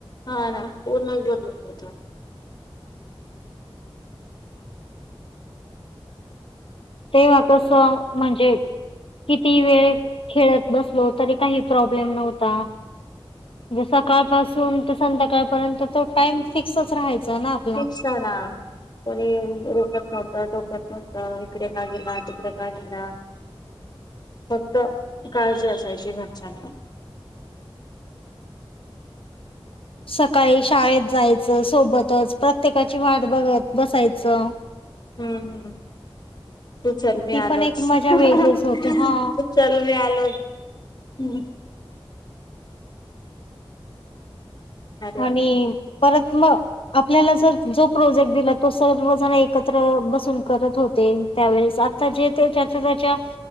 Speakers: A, on the left; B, on the left.
A: ह ना पूर्णच बदलून जात.
B: तेव्हा कसं म्हणजे? किती वेळ खेळत बसलो तरी काही प्रॉब्लेम नव्हता? सकाळ पासून तर संध्याकाळपर्यंत तो टाइम फिक्सच राहायचा. ना आपला.
A: फीक्स ना कोणी रोकत नव्हत टोकात हो तर इकडे का गेला तिकडे का गेला. फक्त काळजी असायची घरच्यांना.
B: सकाळी शाळेत जायचं सोबतच प्रत्येकाची वाट बघत बसायचं?
A: हम्म हम्म. तू चल मी
B: ती
A: आलोच
B: पण एक मजा
A: हा
B: वेगळीच
A: हन
B: होती हा
A: तू चल मी आलोच. हम्म. भारी वाट
B: आणि? परत मग आपल्याला जर जो प्रोजेक्ट दिला तो सर्वजण एकत्र बसून करत होते. त्यावेळेस आता जे त्याच्यात स्वत्याच्या